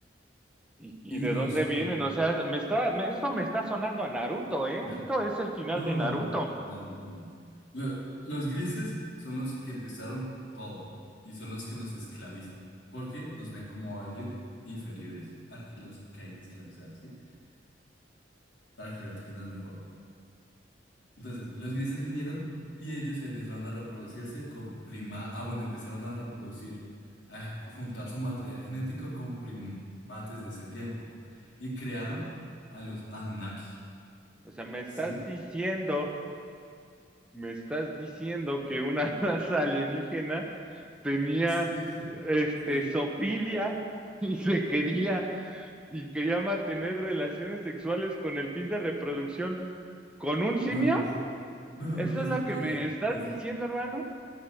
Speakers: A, in the centre; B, on the left.
A: ¿Y, y
B: Y
A: de
B: los...
A: dónde
B: prim-
A: vienen? O sea, me está, me- esto me está sonando a Naruto, ¿eh?
B: Mira,
A: Esto es el final
B: no,
A: de
B: no,
A: Naruto.
B: no, no, no, no. Lo- los grises son los que empezaron todo y son los que nos esclavizan, porque nos ven como alguien inferiores a que los que hay que esclavizar, ¿sí? Para que lo entiendas mejor. Entonces, los grises vinieron y ellos empezaron a reproducirse con prima... Ah, bueno, empezaron a reproducir, a juntar su material genético con primates de ese tiempo. Y crearon a los Anunnaki.
A: O sea, me estás
B: ¿Sí?
A: diciendo, me estás diciendo que una <laughs> raza alienígena tenía,
B: Sí,
A: este,
B: sí.
A: zoofilia <laughs> y se quería, y quería mantener relaciones sexuales con el fin de reproducción con un simio.
B: No, no sé. <laughs> No,
A: ¿Eso
B: no es
A: es lo que
B: Pilia.
A: me estás
B: Es,
A: diciendo, hermano?